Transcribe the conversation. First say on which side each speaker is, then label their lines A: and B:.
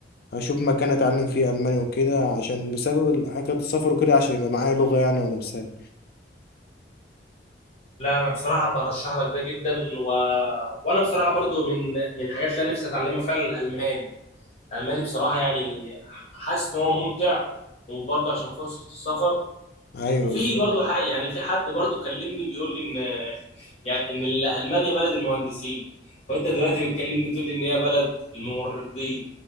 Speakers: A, on the left (about 55°); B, on the left (about 35°).
A: هشوف مكان اتعلم فيه الماني وكده عشان بسبب حكايه السفر وكده عشان يبقى معايا لغه يعني وانا مسافر
B: لا أنا بصراحة برشح لك ده جدا و... وأنا بصراحة برضو من من الحاجات اللي أنا نفسي أتعلمها فعلا الألماني ألماني بصراحة يعني حاسس إن هو ممتع وبرضه عشان فرصة السفر
A: ايوه
B: وفي
A: بالظبط
B: برضه حق يعني في حد برضه كلمني بيقول لي إن يعني إن ال- ألمانيا بلد المهندسين وأنت دلوقتي بتكلمني تقول لي إن هي بلد الممرضين